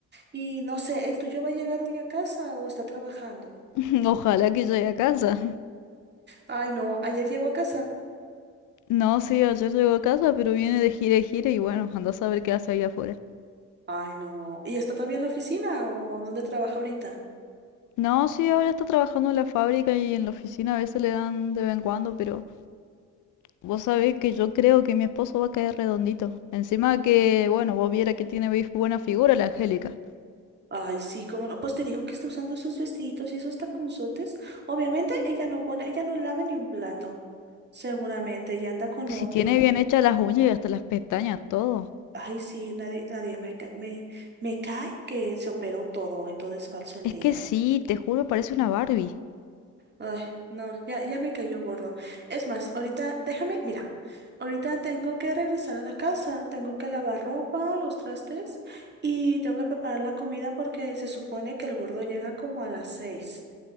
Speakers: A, on the right; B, on the left.
A: y no sé, ¿el tuyo va a llegar hoy a casa o está trabajando?
B: <laughs> Ojalá que llegue a casa.
A: Ay, no, ayer llegó a casa.
B: No, sí, ayer llegó a casa, pero viene de gira y gira y bueno, anda a saber qué hace ahí afuera.
A: Ay, no, ¿y está todavía en la oficina o dónde trabaja ahorita?
B: No, sí, ahora está trabajando en la fábrica y en la oficina a veces le dan de vez en cuando, pero vos sabés que yo creo que mi esposo va a caer redondito. Encima que, bueno, vos viera que tiene buena figura la Angélica.
A: Ay, sí, cómo no. Pues te digo que está usando esos vestiditos y esos taconzotes. Obviamente ella no pone, ella no lava ni un plato. Seguramente ella anda con
B: Si
A: otro.
B: tiene bien hechas las uñas y hasta las pestañas, todo.
A: Ay, sí, nadie, nadie me, ca- me, me cae que se operó todo y todo es falso en
B: Es
A: ella.
B: que sí, te juro, parece una Barbie.
A: Ay, no, ya, ya me cayó gordo. Es más, ahorita déjame, mira, ahorita tengo que regresar a la casa, tengo que lavar ropa, los trastes y tengo que preparar la comida porque se supone que el gordo llega como a las seis.